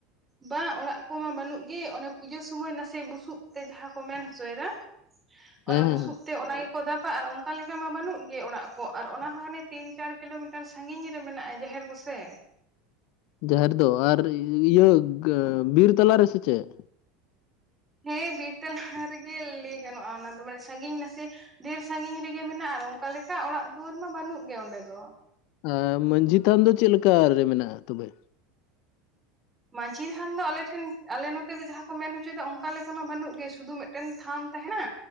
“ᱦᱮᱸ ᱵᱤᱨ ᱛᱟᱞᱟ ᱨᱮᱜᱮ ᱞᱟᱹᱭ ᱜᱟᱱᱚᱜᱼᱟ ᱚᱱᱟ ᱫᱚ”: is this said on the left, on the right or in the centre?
Right